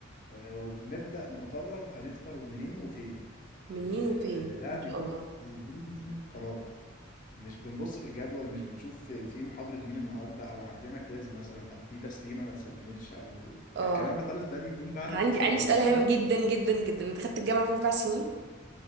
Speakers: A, on the left (about 40°); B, on the right (about 55°).
A: آه، وبنبدأ نقرر هنفطر منين وفين
B: منين
A: آه،
B: وفين؟
A: ده
B: ما
A: بيكون
B: شاء الله
A: ده بيكون أول قرار مش بنبص في الجدول مش بنشوف في في محاضرة مين النهاردة أو عندنا كويز مثلا أو في تسليمة ما اتسلمتش أو
B: اه
A: الكلام ده خالص ده بيكون بعد
B: أنا
A: الفطار
B: عندي عندي
A: والقهوة
B: سؤال هام جدا جدا جدا أنت خدت الجامعة في أربع سنين؟